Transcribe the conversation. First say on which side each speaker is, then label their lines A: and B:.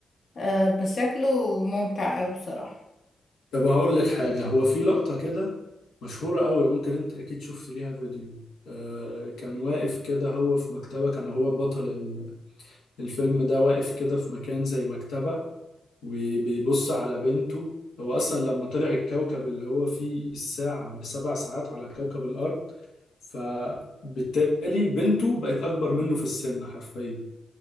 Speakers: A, on the left; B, on the left.
A: آه بس شكله ممتع اوي بصراحة
B: طب هقول لك حاجة هو في لقطة كده مشهورة قوي ممكن أنت أكيد شفت ليها فيديو آه، كان واقف كده هو في مكتبة كان هو بطل ال- الفيلم ده واقف كده في مكان زي مكتبة وبيبص على بنته هو أصلا لما طلع الكوكب اللي هو فيه الساعة بسبع ساعات على كوكب الأرض فبالتالي بنته بقت أكبر منه في السن حرفيا